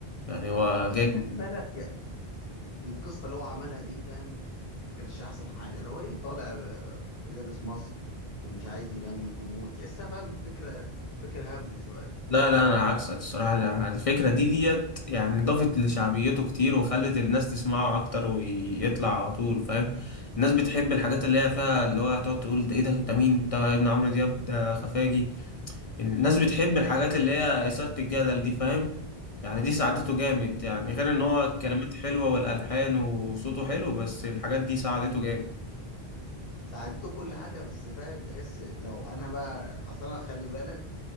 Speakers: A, on the left; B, on the left.
A: يعني هو
B: بس
A: جاي
B: خلي بالك القصه اللي هو عملها دي فاهم كانتش احسن حاجه لو ايه طالع آه، لابس ماسك ومش عايز يبان للجمهور تحسها فاهم فكره فكره هبله شويه
A: لا لا انا عكسك الصراحه أنا الفكره دي ديت يعني ضافت لشعبيته كتير وخلت الناس تسمعه اكتر ويطلع على طول فاهم الناس بتحب الحاجات اللي هي فيها اللي هو هتقعد تقول ده ايه ده ده مين ده ابن عمرو دياب ده خفاجي يعني الناس بتحب الحاجات اللي هي اثاره الجدل دي فاهم يعني دي ساعدته جامد يعني غير ان هو الكلمات حلوه والالحان وصوته حلو بس الحاجات دي ساعدته جامد
B: ساعدته كل حاجه بس فاهم تحس لو انا بقى اصلا انا خلي بالك